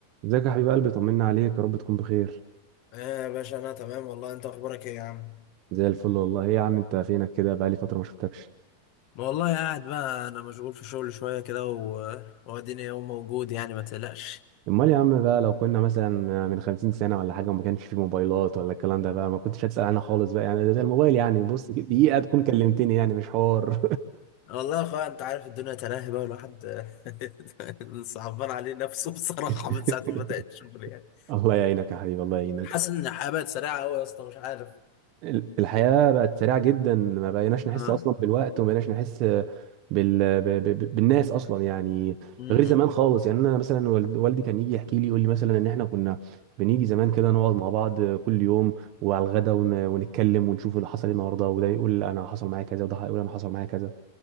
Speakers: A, on the right (about 40°); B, on the left (about 45°).
A: ازيك يا حبيب قلبي طمنا عليك يا رب تكون بخير
B: ايه يا باشا انا تمام والله انت اخبارك ايه يا عم
A: زي الفل والله ايه يا عم انت فينك كده بقالي فتره ما شفتكش
B: والله قاعد بقى انا مشغول في شغل شويه كده و- واديني يوم موجود يعني ما تقلقش
A: امال يا عم بقى لو كنا مثلا من 50 سنه ولا حاجه وما كانش في موبايلات ولا الكلام ده بقى ما كنتش هتسال عنها خالص بقى يعني ده زي الموبايل يعني بص دقيقه تكون كلمتني يعني مش حوار
B: والله يا اخويا انت عارف الدنيا تلاهي بقى الواحد <laughs> صعبان عليه نفسه بصراحه
A: <laughs>
B: من ساعه ما بدات الشغل يعني
A: الله يعينك يا حبيبي الله يعينك
B: حاسس ان الحياه بقت سريعه قوي يا اسطى مش عارف
A: ال- الحياة بقت سريعة جدا ما بقيناش نحس
B: اه
A: أصلا بالوقت وما بقيناش نحس بال... ب... ب... ب- بالناس أصلا يعني
B: امم
A: غير زمان خالص يعني أنا مثلا والد- والدي كان يجي يحكي لي يقول لي مثلا إن إحنا كنا بنيجي زمان كده نقعد مع بعض كل يوم وعلى الغدا ون... ونتكلم ونشوف اللي حصل إيه النهاردة وده يقول أنا حصل معايا كذا وده يقول أنا حصل معايا كذا